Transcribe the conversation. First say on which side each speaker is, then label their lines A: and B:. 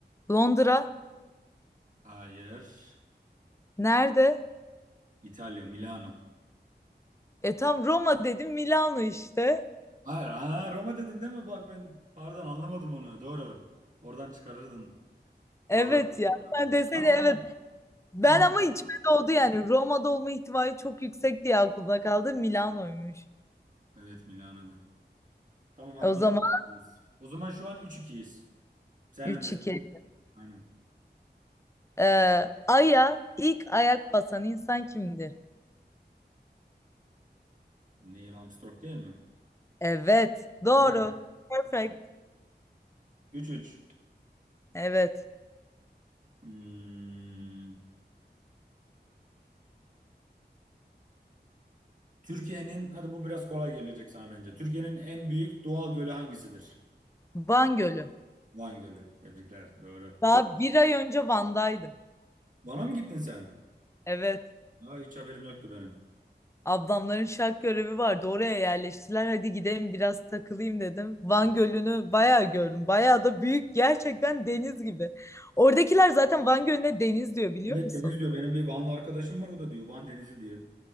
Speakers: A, on the left; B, on the right.
A: Londra?
B: Hayır.
A: Nerede?
B: İtalya, Milano.
A: E tam Roma dedim Milano işte.
B: Hayır. Aa, Roma dedin değil mi? Bak ben pardon anlamadım onu. Doğru. Oradan çıkarırdın.
A: Evet
B: Doğru.
A: ya. Sen desene
B: Tamam
A: evet.
B: tamam.
A: Ben
B: Tamam.
A: ama
B: doğru
A: içime oldu yani. Roma'da olma ihtimali çok yüksek diye aklımda kaldı. Milano'ymuş.
B: Evet Milano'da. Tamam hadi
A: E O
B: bunu
A: zaman
B: doğru. söylüyoruz. O zaman şu an 3-2'yiz. Sen
A: üç
B: öndesin.
A: iki.
B: Aynen.
A: Ee, Ay'a ilk ayak basan insan kimdir?
B: Neil Armstrong değil mi?
A: Evet, doğru.
B: Değil mi?
A: Perfect.
B: 3-3.
A: Evet.
B: Hmm, Türkiye'nin, hadi bu biraz kolay gelecek sana bence. Türkiye'nin en büyük doğal gölü hangisidir?
A: Van Gölü.
B: Van Gölü. Tebrikler. Doğru.
A: Daha bir ay önce Van'daydım.
B: Van'a mı gittin sen?
A: Evet.
B: Aa, hiç haberim yoktu benim.
A: Ablamların şark görevi vardı. Oraya yerleştiler. Hadi gidelim biraz takılayım dedim. Van Gölü'nü bayağı gördüm. Bayağı da büyük. Gerçekten deniz gibi. Oradakiler zaten Van Gölü'ne deniz diyor biliyor
B: Evet
A: musun?
B: Deniz diyor. Benim bir Vanlı arkadaşım var o da diyor. Van Denizi diyor.